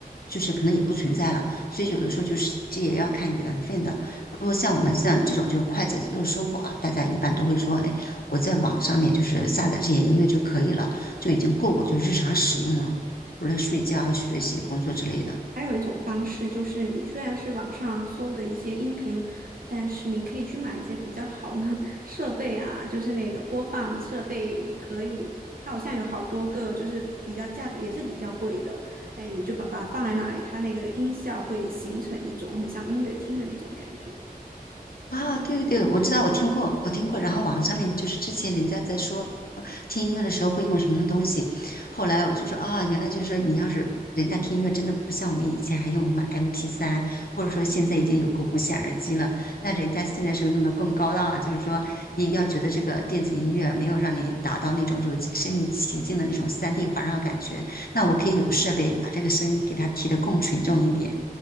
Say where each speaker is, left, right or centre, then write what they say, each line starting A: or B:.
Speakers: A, on the left (about 70°); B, on the right (about 65°).
A: 就是可能也不存在了。所以有的时候就是这也要看缘分的。如果像我们像这种就是快节奏的生活啊，大家一般都会说，哎，我在网上面就是下载这些音乐就可以了，就已经够我就日常使用了，无论睡觉、学习、工作之类的。
B: 还有一种方式就是，你虽然是网上搜的一些音频，但是你可以去买一些比较好的 <laughs> 设备啊，就是那个播放设备，你可以，它好像有好多个，就是比较价格也是比较贵的，哎，你就把把它放在那里，它那个音效会形成一种很像音乐厅的那种感觉。
A: 啊，对对对，我知道，我听过，我听过。然后网上面就是之前人家在说听音乐的时候会用什么东西，后来我就说啊，原来就是说你要是人家听音乐真的不像我们以前还用什么 MP3，或者说现在已经有个无线耳机了，那人家现在是不是弄得更高档了？就是说你要觉得这个电子音乐没有让你达到那种就是身临其境的那种三 d 环绕感觉，那我可以有设备把这个声音给它提得更纯正一点。